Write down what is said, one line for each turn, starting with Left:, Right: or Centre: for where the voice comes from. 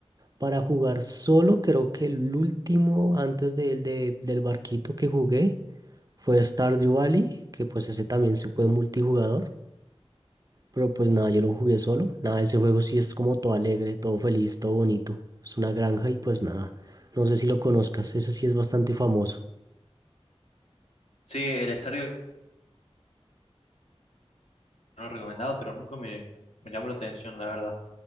Right: Para jugar solo, creo que el último antes del de- del barquito que jugué. Fue Stardew Valley, que pues ese también se puede multijugador, pero pues nada, yo lo jugué solo. Nada, ese juego sí es como todo alegre, todo feliz, todo bonito. Es una granja y pues nada. No sé si lo conozcas, ese sí es bastante famoso.
Left: Sí, el estadio no recomendado, pero nunca me, me llamó la atención, la verdad.